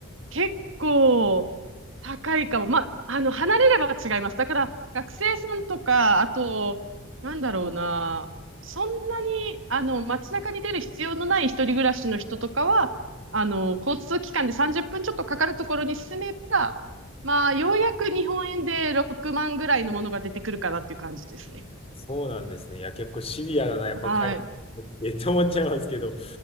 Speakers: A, on the right; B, on the left.
A: 結構高いかも。まあ、あの、離れれば違います。だから学生さんとか、あと、なんだろうな。そんなに、あの、街中に出る必要のない一人暮らしの人とかは、あの、交通機関で30分ちょっとかかるところに住めば、まあ、ようやく日本円で6万ぐらいのものが出てくるかなっていう感じですね。
B: そうなんですね。いや、結構シビアだな、やっぱ海外ってって思っちゃいますけど、
A: はい。